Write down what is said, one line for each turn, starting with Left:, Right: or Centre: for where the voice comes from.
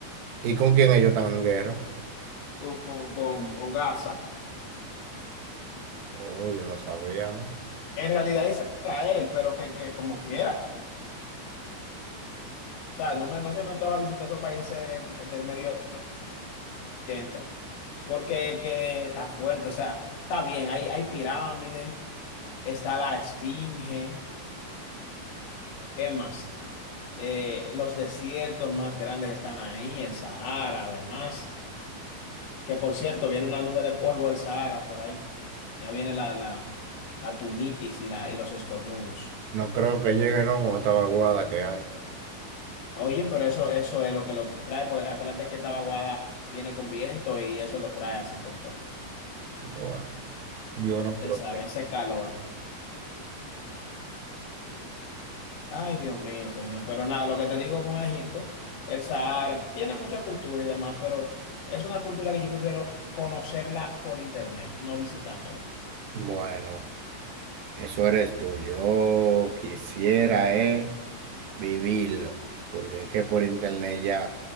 Right: ¿Y con quién ellos están en guerra?
Left: con, con, con, con Gaza.
Right: Oh, yo no sabía, ¿no?
Left: En realidad es Israel, pero que, que como quiera. O sea, no, me, no se me antoja visitar esos países del Medio Oriente, porque que está fuerte, o sea, está bien, hay, hay pirámides, está la Esfinge, ¿qué más? Eh, los desiertos más grandes están ahí, el Sahara, además, que por cierto, viene una nube de polvo del Sahara por ahí, ya viene la, la, la tunitis y, la, y los estornudos.
Right: No creo que llegue, ¿no? Con esta vaguada que hay.
Left: Oye, pero eso, eso es lo que lo trae, porque acuérdate que esta vaguada viene con viento y eso lo trae así con todo.
Right: Bueno, Dios
Left: Ya
Right: nos protege.
Left: te sabe, ese calor. Ay, Dios mío, señor. Pero nada, lo que te digo con Egipto, el Sahara, tiene mucha cultura y demás, pero es una cultura que yo prefiero conocerla por internet, no visitándolo.
Right: Bueno, eso eres tú. Yo quisiera eh, vivirlo, porque es que por internet ya,